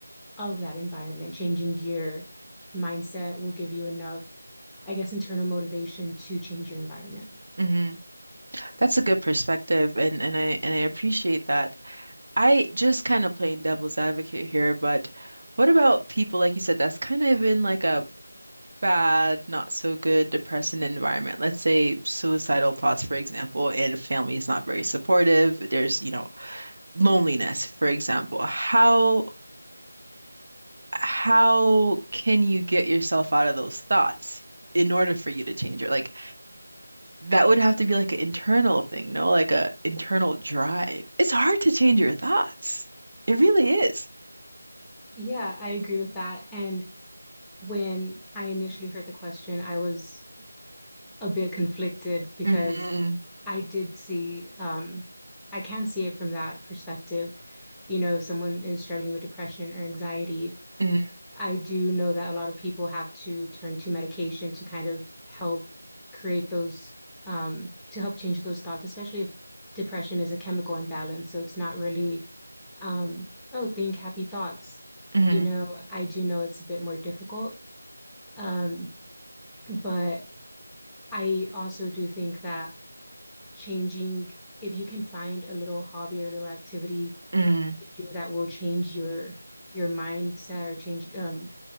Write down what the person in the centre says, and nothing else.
of that environment, changing your mindset will give you enough, I guess, internal motivation to change your environment.
Yeah, I agree with that. And when I initially heard the question, I was a bit conflicted because
I did see, um, I can see it from that perspective. You know, if someone is struggling with depression or anxiety,
I do know that a lot of people have to turn to medication to kind of help create those, um, to help change those thoughts, especially if depression is a chemical imbalance. So it's not really, um, oh, think happy thoughts.
You know, I do know it's a bit more difficult. Um, but I also do think that changing if you can find a little hobby or a little activity
to do that will change your your mindset or change um